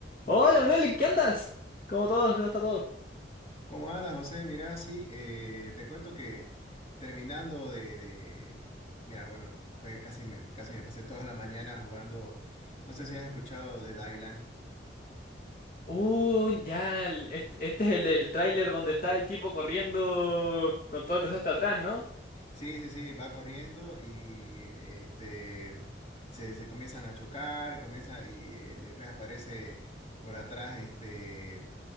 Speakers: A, on the left; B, on the left.
A: Hola Manuel, ¿en qué andas? ¿Cómo todo? ¿Cómo está todo?
B: ¿Cómo andas, José? Mira, sí, eh, te cuento que terminando de, de- Mira, bueno, fue casi me, casi me pasé toda la mañana jugando. No sé si has escuchado de Dylan.
A: Uh, ya, el- este, este es el del tráiler donde está el tipo corriendo con todo el desastre atrás, ¿no?
B: Sí, sí, sí, va corriendo y este se, se comienzan a chocar, comienza y eh, después aparece por atrás este